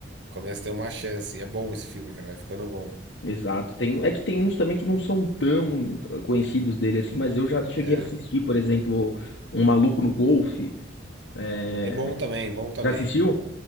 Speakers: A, on the right; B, on the left.
A: começa a ter uma chance. E é bom esse filme, cara, vai ficando bom.
B: Exato. Tem, é que tem uns também que não são tão conhecidos dele assim, mas eu já cheguei
A: É,
B: a assistir, por exemplo, Um Maluco no Golfe. É,
A: é bom também, bom também.
B: Já assistiu?